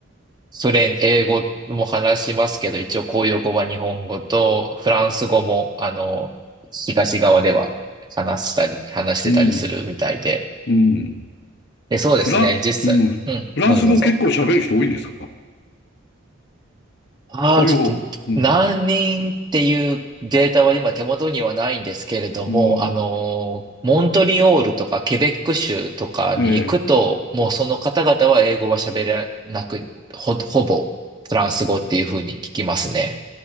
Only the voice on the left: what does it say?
うん、うん。
フラン、
うん。
フランス語結構喋る人多いんですか
公用語。
うん、
うん。
ええ。